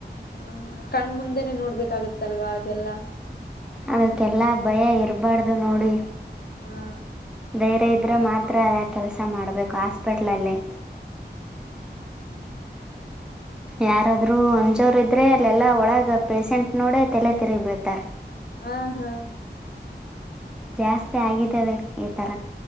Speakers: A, on the left; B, in the centre.
A: ಹೂ ಕಣ್ಮಂದೆನೆೇ ನೋಡ್ಬೇಕಾಗತ್ತಲ್ವಾ ಅದೆಲ್ಲಾ
B: ಅದಕ್ಕೆಲ್ಲಾ ಭಯ ಇರಬಾರ್ದು ನೋಡಿ
A: ಹಾ
B: ಧೈರ್ಯ ಇದ್ರೆ ಮಾತ್ರದ ಕೆಲಸ ಮಾಡ್ಬೇಕು, ಹಾಸ್ಪಿಟ್ಲಲ್ಲಿ ಯಾರಾದರೂ ಅಂಜೋರು ಇದ್ರರೆ ಅಲ್ಲೆಲ್ಲ ಒಳಗೆ ಪೇಶಷೆಂಟ್ ನೋಡ ತಲೆ ತಿರುಗಿಬೀಡ್ತಾರೆ.
A: ಹಾ ಹಾ
B: ಜಾಸ್ತಿ ಆಗಿದ್ದಾವೆ ಈ ಥರ